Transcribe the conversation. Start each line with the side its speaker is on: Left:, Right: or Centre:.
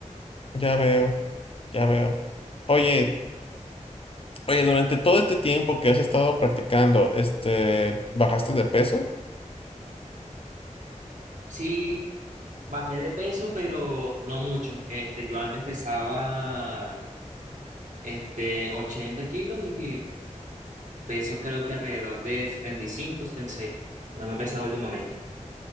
Left: Ya veo, ya veo. Oye, oye, durante todo este tiempo que has estado practicando, este, ¿bajaste de peso?
Right: Sí, bajé de peso, pero no mucho. Este, yo antes pesaba este, 80 kilos y Peso creo que alrededor de setenta setenta y cinco, setenta y seis. No me he pesado últimamente.